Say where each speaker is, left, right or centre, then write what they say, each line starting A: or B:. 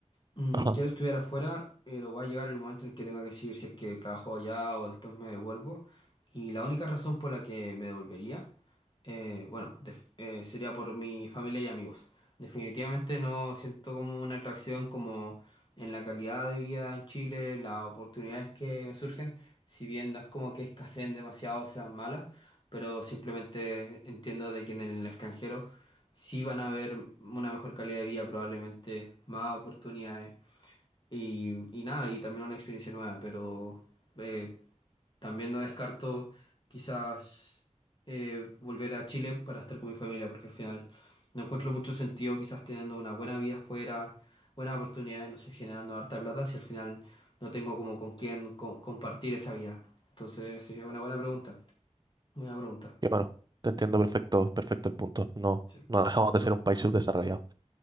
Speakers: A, on the left; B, on the right.
A: Mm,
B: Ajá.
A: quiero estudiar afuera, pero va a llegar el momento en el que tenga que decidir si es que trabajo allá o después me devuelvo. Y la única razón por la que me devolvería, eh, bueno, def- eh, sería por mi familia y amigos. Definitivamente no siento como una atracción como en la calidad de vida en Chile, las oportunidades que me surgen, si bien no es como que escaseen demasiado o sean malas, pero simplemente entiendo de que en el extranjero sí van a haber una mejor calidad de vida, probablemente más oportunidades y, y nada, y también una experiencia nueva, pero eh, también no descarto quizás eh, volver a Chile para estar con mi familia, porque al final no encuentro mucho sentido quizás teniendo una buena vida afuera, buenas oportunidades, no sé, generando harta plata, si al final no tengo como con quién co- compartir esa vida. Entonces, sí, es una buena pregunta, buena pregunta.
B: Y bueno, te entiendo perfecto, perfecto el punto. No,
A: Sí,
B: no dejamos de ser un país subdesarrollado.